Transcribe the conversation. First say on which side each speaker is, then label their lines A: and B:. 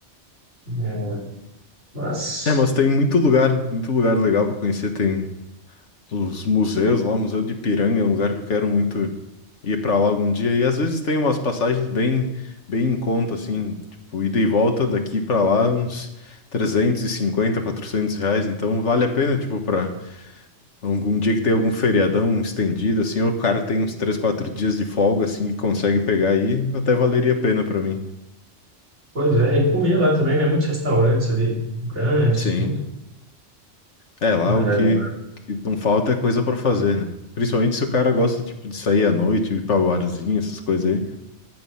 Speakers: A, on the right; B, on the left.
A: É, mas,
B: É, mas tem muito lugar, muito lugar legal para conhecer. Tem os museus lá, o Museu de Ipiranga é um lugar que eu quero muito ir para lá algum dia. E às vezes tem umas passagens bem, bem em conta, assim, tipo, ida e volta daqui para lá, uns 350, 400 reais. Então vale a pena, tipo, para algum dia que tem algum feriadão estendido, assim, ou o cara tem uns 3, 4 dias de folga, assim, que consegue pegar aí, até valeria a pena para mim.
A: pois é, e comer lá também, né? Muitos restaurantes ali, grandes,
B: Sim.
A: tudo.
B: É, lá
A: É,
B: o que, que não falta é coisa para fazer, né? Principalmente se o cara gosta, tipo, de sair à noite, ir pra barzinho, essas coisas